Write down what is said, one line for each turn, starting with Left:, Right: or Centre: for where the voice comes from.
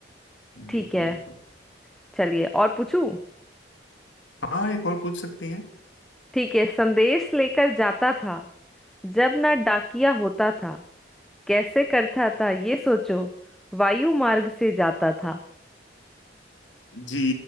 Centre: ठीक
Left: बिल्कुल
Centre: है
Left: बिल्कुल
Centre: चलिए और पूछूं
Left: हाँ एक और पूछ सकती हैं
Centre: ठीक है संदेश लेकर जाता था जब ना डाकिया होता था कैसे करता था ये सोचो वायु मार्ग से जाता था
Left: जी